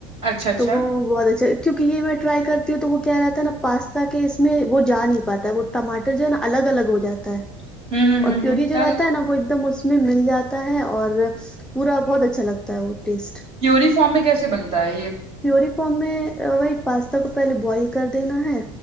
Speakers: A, on the right; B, in the centre.
A: اچھا اچھا
B: تو وہ بہت اچھا کیوںکہ یہ میں ٹرائی کرتی ہوں تو وہ کیا رہتا ہے نا پاستا کے اس میں وہ جا نہیں پاتا ہے وہ ٹماٹر جو ہے نا الگ الگ ہو جاتا ہے
A: ہوں ہ
B: اور
A: ہ
B: پیور
A: ہ
B: جو
A: تب
B: رہتا ہے نا وہ ایک دم اس میں اس میں مل جاتا ہے اور پورا بہت اچھا لگتا ہے وہ ٹیسٹ
A: پیوری فارم میں کیسے بنتا ہے یہ
B: پیوری فم میں وہی پاستا کو پہلے بوائل کر دینا ہے